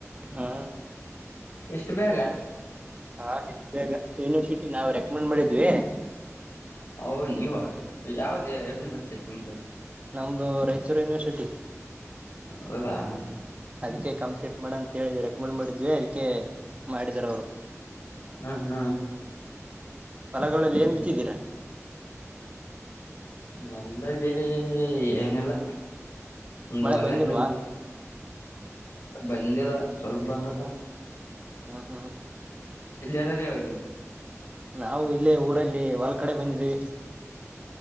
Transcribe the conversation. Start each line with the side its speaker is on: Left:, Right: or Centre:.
Right: ಹಾ.
Left: ಎಷ್ಟು ಬೇಗ.
Right: ಹಾ ಬೇಗ ಯನಿವರ್ಸಿಟಿ ನಾವವು ರೆಕಮೆಂಡ್ ಮಾಡಿದ್ವಿ.
Left: ಓ ನೀವು ಅಷ್ಟು ಯಾವ್ದೇ ಯೂನಿವರ್ಸಿಟಿ ನಿಮ್ದು.
Right: ನಮ್ದು ರಾಯಚೂರು ಯೂನಿವರ್ಸಿಟಿ.
Left: ಹೌದಾ.
Right: ಅದಕ್ಕೆ ಕಂಪ್ಲೀಟ್ ಮಾಡ ಅಂತ ಹೇಳಿದ ರೆಕಮೆಂಡ್ ಮಾಡಿದ್ವಿ ಅದಕ್ಕೆ ಮಾಡಿದಾರ ಅವರು.
Left: ಹ್ಮ ಹ್ಮ
Right: ಹೊಲಗಳಲ್ಲಿ ಏನ್ ಬಿತ್ತಿದ್ದೀರಾ.
Left: ಹೊಲದಲ್ಲಿ ಏನಲ್ಲ ಒಂದು
Right: ಮಳೆ
Left: ಹೊಲನ
Right: ಬಂದಿಲ್ವಾ
Left: ಅಲ್ಲ. ಬಂದೆಲ್ಲ ಸ್ವಲ್ಪ ಬಂದಾದ.
Right: ಹಾ ಹ <inaudible>
Left: ಇರೋದು ಇವಾಗ ನೀವು
Right: ನಾವು ಇಲ್ಲೇ ಊರಲ್ಲಿ ಹೊಲ್ ಕಡೆ ಬಂದಿದೀವಿ.